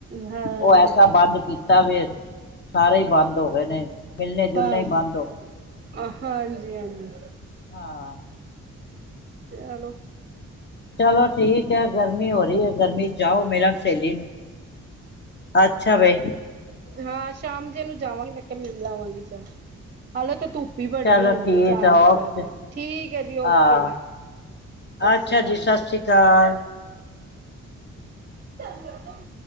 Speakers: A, on the right; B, on the left.
A: ਹਾਂ
B: ਉਹ ਐਸਾ ਬੰਦ ਕੀਤਾ ਵੀ, ਸਾਰੇ ਹੀ ਬੰਦ ਹੋ ਗਏ ਨੇ! ਮਿਲਣੇ ਜੁਲਣੇ
A: ਹਾਂ,
B: ਹੀ ਬੰਦ ਹੋ ਗਏ।
A: ਹਾਂਜੀ! ਹਾਂਜੀ!
B: ਹਾਂ
A: ਚਲੋ
B: ਚਲੋ ਠੀਕ ਹੈ, ਗਰਮੀ ਹੋ ਰਹੀ ਹੈ, ਗਰਮੀ ਜਾਓ ਮਿਲਣ ਸਹੇਲੀ ਨੂੰ ਅੱਛਾ ਬਈ
A: ਹਾਂ, ਸ਼ਾਮ ਜੇ ਨੂੰ ਜਾਵਾਂਗੀ ਮੈਂ ਕਿਹਾ ਮਿਲ ਲਵਾਂਗੀ ਚ, ਹਾਲੋ ਤੇ ਧੂਪ ਗਰਮੀ ਬੜੀ
B: ਚਲੋ
A: ਹੈ, ਹੁਣ
B: ਠੀਕ
A: ਤੇ ਜਾਣ
B: ਆ
A: ਦਾ ਫਾਇਦਾ
B: ਓਕੇ
A: ਨੀ, ਠੀਕ ਹੈ ਜੀ
B: ਹਾਂ
A: ਓਕੇ ਜੀ ਸਤਿ
B: ਅੱਛਾ
A: ਸ੍ਰੀ ਅਕਾਲ
B: ਜੀ, ਸਤਿ ਸ੍ਰੀ ਅਕਾਲ
A: ਚੰ <inaudible>